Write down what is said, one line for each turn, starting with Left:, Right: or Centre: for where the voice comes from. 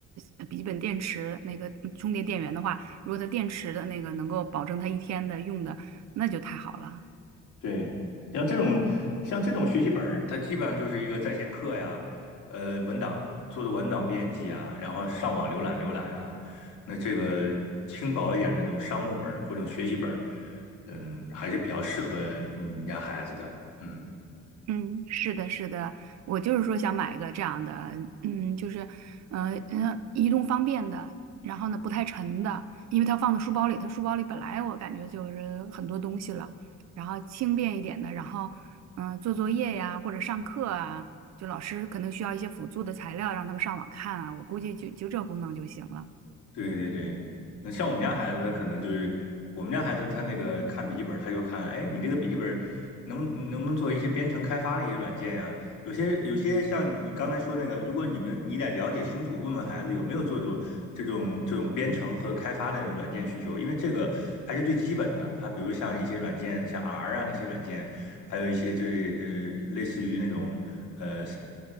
Right: 呃笔记本电池那个充电电源的话，如果它电池的那个能够保证它一天的用的，那就太好了。
Left: 对，像这种像这种学习本儿，它基本上就是一个在线课呀，呃，文档做做文档编辑啊，然后上网浏览浏览啊。那这个轻薄一点的这种商务本儿或者这种学习本儿，嗯，还是比较适合你们家孩子的。嗯。
Right: 嗯，是的，是的，我就是说想买一个这样的，嗯，就是，呃，呃，移动方便的，然后呢不太沉的，因为它放到书包里，它书包里本来我感觉就是很多东西了，然后轻便一点的，然后，嗯、做作业呀或者上课啊，就老师可能需要一些辅助的材料让他们上网看啊，我估计就就这功能就行了。
Left: 对对对，嗯像我们家孩子，他可能就是我们家孩子，他那个看笔记本儿，他就看，哎，你这个笔记本儿能能不能做一些编程开发的一些软件呀、有些有些像你刚才说那个，如果你们你得了解清楚，问问孩子有没有这种这种这种编程和开发的软件需求，因为这个还是最基本的。他比如像一些软件，像 R 啊那些软件，还有一些就是呃，类似于那种呃是